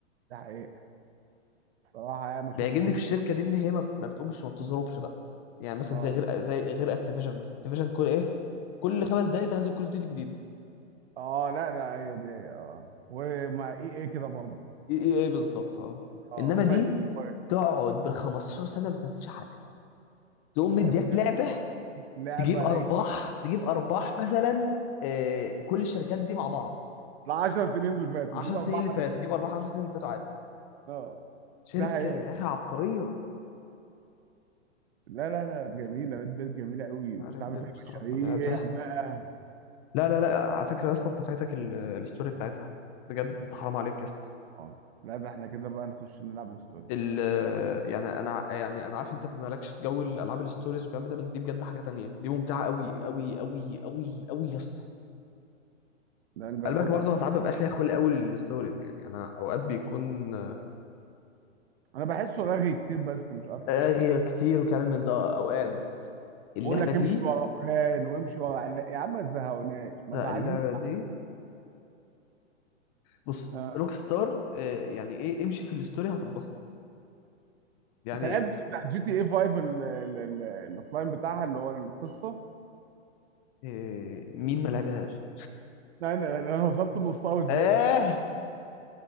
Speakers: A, on the right (about 55°); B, on the left (about 30°).
A: ده حقيقة صراحة يعني ما
B: بيعجبني
A: شفتش اوبن
B: في الشركة دي ان هي ما ما بتقومش وما بتزربش بقى يعني مثلا
A: اه
B: زي غير زي غير اكتيفيجن مثلا اكتيفيجن كل ايه كل خمس دقايق تنزل كل فيديو جديد
A: اه لا لا هي دي اه ومع اي ايه كده برضه
B: ايه ايه ايه بالظبط اه
A: اه
B: انما
A: هم
B: دي
A: الاثنين كويس
B: تقعد ب 15 سنة ما بتنزلش حاجة تقوم مديك
A: بس
B: لعبة
A: لعبة
B: تجيب ارباح
A: اي
B: تجيب ارباح مثلا آه، كل الشركات دي مع بعض
A: ال 10 سنين اللي فاتوا
B: 10
A: دي بقى
B: سنين
A: اربعة
B: اللي فاتوا تجيب ارباح 10 سنين اللي فاتوا عادي
A: اه
B: شركه
A: ده حقيقي
B: يا اخي عبقريه
A: لا لا لا جميلة ده جميلة قوي
B: ريد
A: كنت عامل
B: ديد
A: فيها
B: بصراحه
A: مشاريع
B: لعبه
A: بقى
B: لا لا لا على فكره اصلا انت فايتك ال- الستوري بتاعتها بجد انت حرام عليك يا اسطى
A: اه لا ده احنا كده بقى نخش نلعب الستوري
B: ال يعني انا يعني انا عارف انت مالكش في جو الالعاب الستوريز والكلام ده بس دي بجد حاجه تانية دي ممتعه قوي قوي قوي قوي قوي يا اسطى
A: لا نجربها
B: قلبك برضه
A: طبعا.
B: انا ساعات مبقاش ليا خلق قوي الستوريز يعني انا اوقات بيكون
A: انا بحسه رغي كتير بس مش اكتر
B: اغير كتير وكلام من ده اوقات بس اللعبه
A: بقول لك
B: دي
A: امشي ورا فلان وامشي ورا علا- يا عم ما تزهقوناش ما
B: لا
A: ده عايزين
B: اللعبه دي بص
A: آه.
B: روك ستار آه، يعني ايه امشي في الستوري هتتبسط يعني
A: انت لعبت بتاع جي تي اي 5 ال- ال- ال- الاوفلاين بتاعها اللي هو القصه
B: آه، مين ما لعبهاش
A: لا انا انا وصلت لنصها وزهقت
B: اه